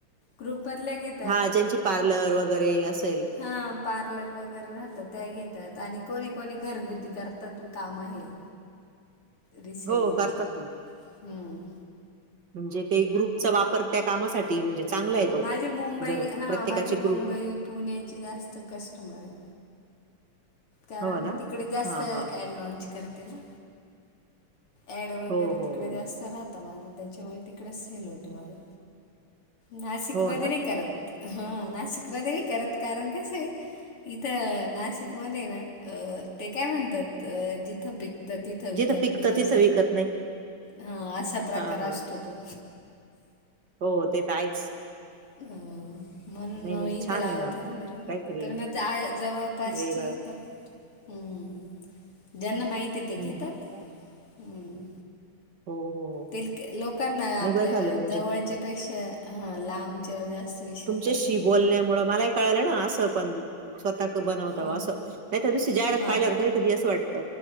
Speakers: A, on the left; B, on the right.
A: ग्रुपमधल्या घेता
B: हा ज्यांची पार्लर वगैरे असेल
A: हा पार्लर वगैरे राहतात, त्या घेतात आणि कोणी कोणी घरगुती करतात ते काम हे. रिसेलिंगचे
B: हो करतात ना.
A: हम्म
B: म्हणजे ते ग्रुपचा वापर त्या कामासाठी म्हणजे चांगला
A: हा
B: आहे तो.
A: माझी मुंबई,
B: जर
A: हा
B: प्रत्येकाचे
A: माझी
B: ग्रुप
A: मुंबई, पुण्याची जास्त कस्टमर आहे‌. कारण
B: हो ना?
A: मी तिकडे जास्त
B: हां,
A: ऍड
B: हां, हां.
A: लॉनच करते ना. ऍड वगैरे
B: हो, हो,
A: तिकडे
B: हो.
A: जास्त राहता माझे, त्याच्यामुळे तिकडेच सेल होतो माझं. नाशिकमध्ये
B: हो ना?
A: नाही करत, हा नाशिकमध्ये नाही करत, कारण कसंय इथं नाशिकमध्ये ना, ते काय म्हणतात, जिथं पिक त, तिथं विकत
B: जिथं पिकतं
A: नाही.
B: तिथं
A: अस
B: विकत नाही.
A: हा असा प्रकार
B: हां, हां.
A: असतो तो.
B: हो, ते तर आहेच.
A: <unintelligible> म्हणून
B: नाही,
A: मग
B: नाही
A: म इथे
B: छान
A: लावतच
B: आहे ना
A: नाही.
B: काहीतरी
A: पण जाय जवळपासची
B: वेगळं
A: घेतात. हम्म, ज्यांना माहित आहे ते घेतात.
B: हं, हं. हो,
A: हम्म
B: हो हो
A: ते लोकांना
B: नाही
A: आपल्या
B: बरं झालं म्हणजे
A: जवळच्या पेक्षा हा लांबच्यावर जास्त विश्वास
B: तुमच्याशी
A: असतो नाही
B: बोलण्यामुळ
A: का?
B: मलाही कळाल ना अस पण स्वतः क बनवता
A: हा
B: बवा अस. नाही त्या दुसरी जाहिरात
A: हा
B: पाहिल्यावर
A: हा
B: करी कधी अस वाटत